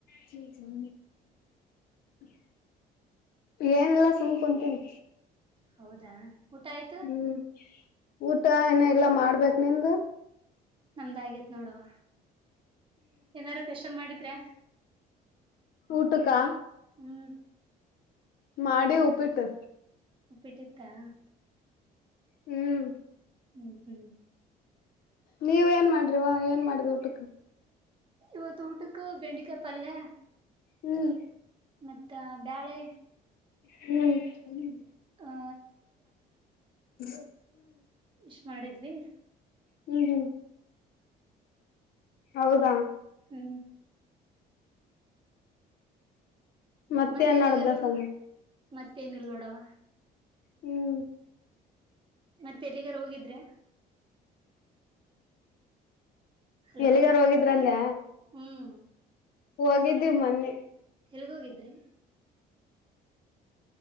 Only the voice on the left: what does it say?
ಚ ಚೌ <unintelligible> ಏನೆಲ್ಲಾ ಸುಮ್ಕ ಕುಂತೀನಿ.
ಹ್ಮ್ ಊಟ ಏನ್ ಎಲ್ಲಾ ಮಾಡ್ಬೇಕ್ ನಿಂದ್
ಊಟುಕಾ
ಮಾಡಿ ಉಪ್ಪಿಟ್ಟ.
ಹ್ಮ್.
ನೀವ ಏನ್ ಮಾಡ್ರವಾ ಏನ್ ಮಾಡಿದ ಊಟಕ್ಕ.
ಹ್ಮ್
ಹ್ಮ್ ಹ್ಮ್
<unintelligible>
ಹ್ಮ್ ಹ್ಮ ಹೌದಾ
ಮತ್ತೆ
ಏನ್
ನಡ್ದ ಸಮಯ
ಹ್ಮ್
ಎಲ್ಲಿಗಾರು ಹೋಗಿದ್ರಲ್ಯ.
ಹೋಗಿದ್ವಿ ಮನ್ನೆ.